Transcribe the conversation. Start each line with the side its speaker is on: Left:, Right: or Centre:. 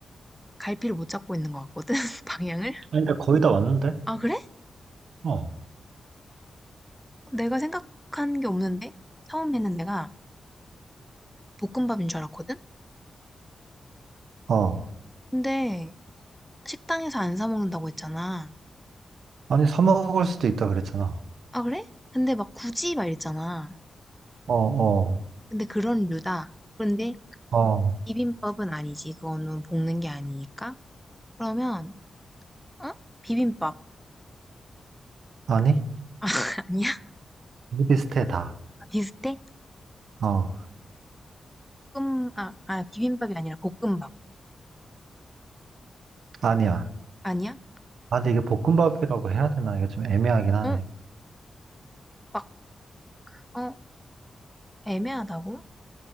Centre: 갈피를 못 잡고 있는 것 같거든, <laughs> 방향을?
Right: 아니, 근데 거의 다 왔는데?
Centre: 아, 그래?
Right: 어,
Centre: 내가 생각한 게 없는데? 처음에는 내가 볶음밥인 줄 알았거든?
Right: 어.
Centre: 근데 식당에서 안 사 먹는다고 했잖아.
Right: 아니, 사 먹을 수도 있다 그랬잖아.
Centre: 아, 그래? 근데 막 굳이 막 이랬잖아.
Right: 어, 어,
Centre: 근데 그런 류다. 그런데
Right: 어.
Centre: 비빔밥은 아니지. 그거는 볶는 게 아니니까. 그러면, 어? 비빔밥
Right: 아니?
Centre: <laughs> 아니야?
Right: 되게 비슷해, 다.
Centre: 비슷해?
Right: 어,
Centre: 볶음 아, 아 비빔밥이 아니라 볶음밥.
Right: 아니야.
Centre: 아니야?
Right: 아, 근데 이게 볶음밥이라고 해야 되나? 이게 좀 애매하긴 하네.
Centre: 어? 막, 어? 애매하다고?